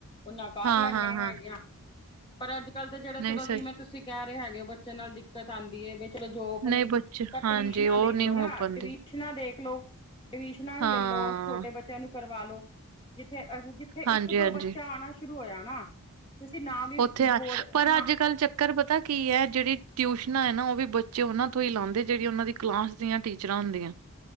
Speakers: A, on the left; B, on the right.
A: ਓਨਾਂ ਕਾਰ
B: ਹਾਂ
A: ਲੈਂਨੇ
B: ਹਾਂ
A: ਹੈਗੇ
B: ਹਾਂ
A: ਆ। ਪਰ ਅੱਜ-ਕੱਲ ਤਾਂ ਜੇੜੇ ਚਲੋ
B: ਨਹੀਂ ਸਹੀ
A: ਜਿਵੇਂ ਤੂਸੀ ਕੈਰੇ ਹੈਗੇ ਓ, ਬੱਚੇਆਂ ਨਾਲ ਦਿੱਕਤ ਆਂਦੀ ਏ ਬਈ ਚਲੋ ਜੋ ਅਪਨੀ,
B: ਨਹੀਂ ਬੱਚੇ
A: ਪਰ
B: ਹਾਂਜੀ
A: ਟਵਿਸ਼ਨਾਂ ਦੇਖਲੋ
B: ਉਹ ਨਹੀਂ
A: ਨਾ,
B: ਹੋ ਪਾਉਂਦੀ
A: ਟਵਿਸ਼ਨਾਂ ਦੇਖਲੋ ਟਿਊਸ਼ਨਾਂ
B: ਹਾਂ
A: ਲੈਲੋ, ਛੋਟੇ ਬੱਚੇਆਂ ਨੂੰ ਕਰਵਾਲੋ, ਜਿੱਥੇ ਅ ਜਿੱਥੇ
B: ਹਾਂਜੀ
A: ਇੱਕ-ਦੋ
B: ਹਾਂਜੀ
A: ਬੱਚਾ ਆਣਾ ਸ਼ੁ ਸ਼ੁਰੂ ਹੋਏਆ ਨਾ ਤੁਸੀਂ ਨਾ ਵੀ
B: ਓਥੇ ਆ,
A: ਬੋਰਡ
B: ਪਰ
A: ਹਾਂ
B: ਅੱਜ-ਕੱਲ ਚ ਕਰ ਪਤੈ ਕੀ ਐ ਜੜੀ ਟਿਊਸ਼ਨਾਂ ਐ ਨਾ ਓ ਵੀ ਬੱਚੇ ਓਨਾਂ ਥੋਂ ਈ ਲਾਂਦੇ ਜੇੜੀ ਓਨਾਂ ਦੀ ਕਲਾਸ ਦੀਆਂ ਟੀਚਰਾਂ ਹੁੰਦੀਐਂ।